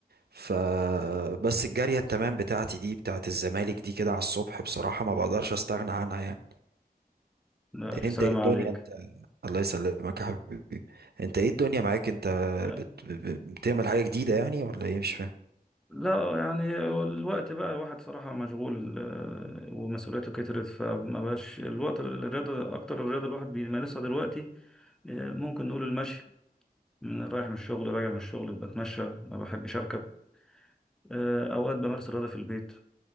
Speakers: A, on the right; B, in the centre.
A: ف بس الجاريه التمام بتاعتي دي بتاعت الزمالك دي كده على الصبح بصراحه ما بقدرش استغنى عنها يعني
B: لا، الف
A: انت
B: سلامه
A: ايه الدنيا
B: عليك
A: انت الله يسلمك يا حبيبي انت ايه الدنيا معاك انت
B: آه،
A: بت... ب- ب- بتعمل حاجة جديدة يعني ولا ايه مش فاهم
B: لا يعني الوقت بقى الواحد صراحه مشغول آه، ومسؤوليته كترت فما بقاش الوقت الرياضه اكتر الرياضه الواحد بيمارسها دلوقتي آه، ممكن نقول المشي رايح من الشغل راجع من الشغل بتمشى ما بحبش اركب آه، أوقات بمارس الرياضة في البيت